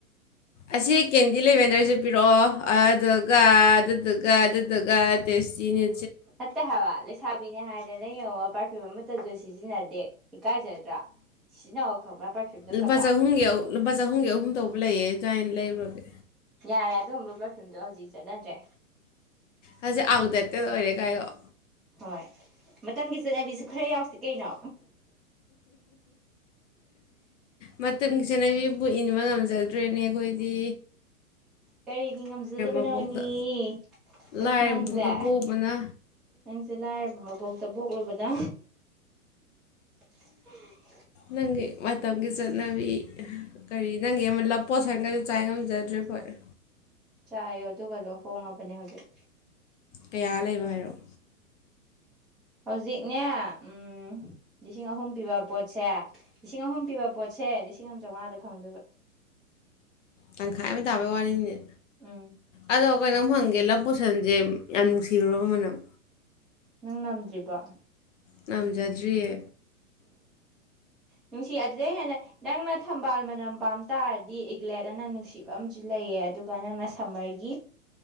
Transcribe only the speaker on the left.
ꯑꯁꯤ ꯀꯦꯟꯗꯤ ꯂꯩꯕꯦꯟꯗ꯭ꯔꯁ‌ꯦ ꯄꯤꯔꯛꯑꯣ ꯑꯗꯨꯒ ꯑꯗꯨꯗꯨꯒ ꯑꯗꯨꯗꯨꯒ ꯗꯁꯤꯅꯤ
ꯂꯨꯄꯥ
ꯆꯍꯨꯝꯒꯤ
ꯂꯨꯄꯥ ꯆꯍꯨꯝꯒꯤ ꯑꯍꯨꯝ ꯇꯧꯕ ꯂꯩꯌꯦ ꯑꯗꯥꯏꯅ ꯂꯩꯔꯨꯔꯒꯦ
ꯍꯧꯖꯤꯛ ꯑꯥꯎꯠ ꯗ‌ꯦꯇꯦꯠ ꯑꯣꯏꯔꯦ ꯀꯥꯏꯌ‌ꯣ
ꯃꯇꯝꯒꯤ ꯆꯠꯅꯕꯤꯕꯨ ꯏꯟꯕ ꯉꯝꯖ ꯗ꯭ꯔ‌ꯦꯅ‌ꯦ ꯑꯩꯈ‌ꯣꯏꯗꯤ
ꯃꯄꯣꯛꯇ
ꯂꯥꯏꯔꯕ
ꯃꯄꯣꯛꯇ ꯄꯣꯛꯎꯕꯅ
ꯅꯪꯒꯤ ꯃꯇꯝꯒꯤ ꯆꯠꯅꯕꯤ ꯀꯔꯤ ꯅꯪꯒꯤ ꯑꯃ ꯂꯞ ꯄꯣꯁꯟꯒꯗ‌ꯣ ꯆꯥꯏꯕ ꯉꯝꯖꯗ꯭ꯔꯦ ꯑꯈ‌ꯣꯏ
ꯀꯌꯥ ꯂꯩꯕ ꯍꯥꯏꯔꯛꯑꯣ
ꯇꯪꯈꯥꯏ ꯑꯃ ꯇꯥꯕꯩ ꯋꯥꯔꯤꯅꯤꯅꯦ
ꯑꯗꯣ ꯀꯩꯅꯣꯝ ꯍꯪꯒꯦ ꯂꯞ ꯄꯣꯠꯁꯟꯁꯦ ꯌꯥꯝ ꯅꯨꯡꯁꯤꯔꯨꯔꯕ ꯃꯅꯝ
ꯉꯝꯖꯗ꯭ꯔꯤꯌꯦ